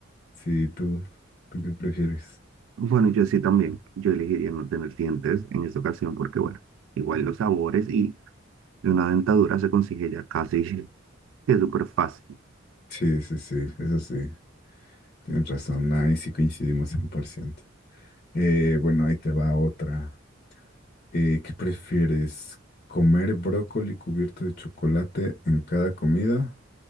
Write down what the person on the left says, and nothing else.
Sí, tú, ¿tú qué prefieres?
Sí, sí, sí, eso sí, tienes razón, ahí sí coincidimos 100%. Eh, bueno, ahí te va otra. Eh, ¿qué prefieres? ¿Comer brócoli cubierto de chocolate en cada comida